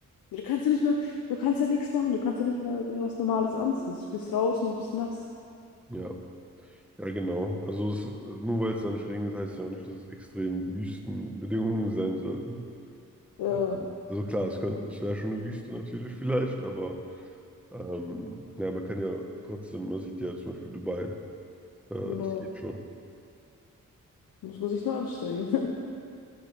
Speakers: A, on the left (about 85°); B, in the centre.
A: Du kannst ja nicht mal, du kannst ja nichts machen, du kannst ja nicht mal irgendwas Normales anziehen. Du bist raus und bist nass.
B: Ja, ja, genau. Also es, nur weil es da nicht regnet, heißt ja auch nicht, dass es extrem Wüstenbedingungen sein sollten.
A: Ja,
B: Ähm, Also klar, es könnte, es wäre schon eine Wüste natürlich vielleicht, aber ähm, ja, man kann ja trotzdem, man sieht ja zum Beispiel Dubai, äh,
A: genau.
B: es geht schon.
A: Muss man sich nur anstrengen. <laughs>